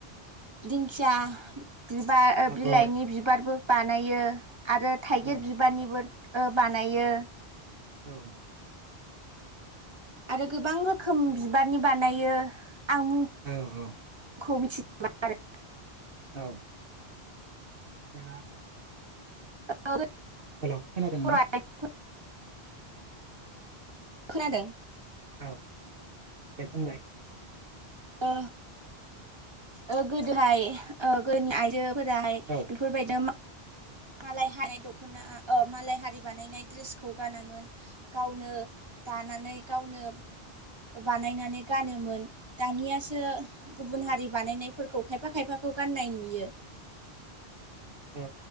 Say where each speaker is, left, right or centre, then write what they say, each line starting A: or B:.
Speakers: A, on the right; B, on the right.
A: दिंखिया बिबार
B: आगर
A: बिलाइनि बिबारबो बानायो। आरो थाइगिर
B: औ
A: बिबारनिबो ओ बानायो।
B: औ
A: आरो गोबां रोखोम
B: औ
A: बिबारनि बानायो आं मुं
B: औ औ
A: खौ मिथियो आरो
B: औ दा
A: <unintelligible>
B: हेलौ खोनादों
A: बर'
B: ना?
A: आइजो खोनादों।
B: औ दे बुंनाय
A: ओ ओ गोदोहाय ओ गोदोनि आइजो फोराहाय
B: औ
A: बेफोरबायदि मालाय हानाय दख'ना औ मालाय हारि बानायनाय ड्रेसखौ गानामोन गावनो दानानै गावनो बानायनानै गानोमोन दानियासो गुबुन हारि बानायनायफोरखौ खायफा खायफाखौ खौ गान्नाय नुयो।
B: औ